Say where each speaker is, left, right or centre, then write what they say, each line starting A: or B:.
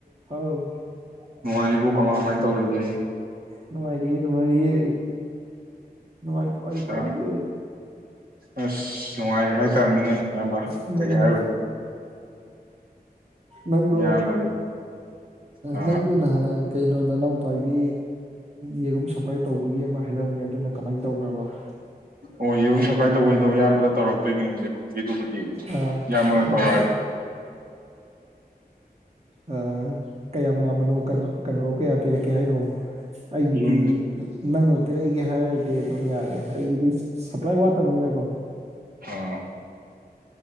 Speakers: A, on the right; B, on the right.
A: ꯑꯥꯎ
B: ꯅꯨꯡꯉꯥꯏꯔꯤꯕꯣ ꯀꯃꯥꯏ ꯀꯃꯥꯏ ꯇꯧꯔꯤꯒꯦ
A: ꯅꯨꯡꯉꯥꯏꯔꯤꯌꯦ ꯅꯨꯉꯥꯏꯔꯤꯌꯦ ꯅꯨꯡꯉꯥꯢ ꯀꯃꯥꯏ
B: ꯏꯌꯥꯝ
A: ꯄꯥꯟꯒꯦ
B: ꯑꯁ ꯅꯨꯡꯉꯥꯏꯔꯤ ꯍꯥꯏꯇꯥꯥꯕꯅꯤꯅꯦ ꯏꯌꯥꯝꯕ
A: ꯎꯝ
B: ꯀꯩ ꯍꯥꯏꯔꯨꯅꯤ
A: ꯅꯪꯗꯣ
B: ꯏꯌꯥꯝꯕꯗꯤ ꯑꯥ
A: ꯅꯪꯗꯣ ꯅꯍꯥꯟ ꯀꯩꯅꯣ ꯅꯅꯥꯎꯄꯥꯒꯤ ꯌꯦꯔꯨꯝ ꯁꯄ꯭ꯂꯥꯏ ꯇꯧꯕꯒꯤ ꯑꯃ ꯍꯥꯏꯔꯝꯃꯦ ꯑꯗꯨꯅ ꯀꯃꯥꯏꯅ ꯇꯧꯈ꯭ꯔꯕ
B: ꯑꯣ ꯌꯦꯎ ꯁꯄꯥꯏ ꯇꯧꯕꯣꯏꯗꯣ ꯑꯌꯥꯝꯕꯗ ꯇꯧꯔꯛꯇꯣꯏꯅꯦ ꯂꯩꯔꯝꯒꯤ ꯑꯗꯨꯕꯨꯗꯤ
A: ꯑꯥ
B: ꯏꯌꯥꯝꯕ
A: ꯑꯥ
B: ꯇꯧꯔꯛꯑꯒꯦ
A: ꯑ ꯀꯌꯥꯝ ꯌꯥꯝꯕꯅꯣ ꯀꯩꯅꯣ ꯀꯌꯥ ꯄꯤꯔꯛꯀꯦ ꯍꯥꯏꯅꯣ ꯑꯩꯒꯤꯗꯤ
B: ꯌꯦꯔꯨꯝ
A: ꯅꯪꯅ ꯄꯤꯔꯛꯏꯒꯦ ꯍꯥꯏꯔꯗꯤ ꯑꯗꯨꯝ ꯌꯥꯔꯦ ꯑꯩꯒꯤꯗꯤ ꯁꯄ꯭ꯂꯥꯏ ꯋꯥꯠꯇꯕꯅꯤꯅꯀꯣ
B: ꯑꯥ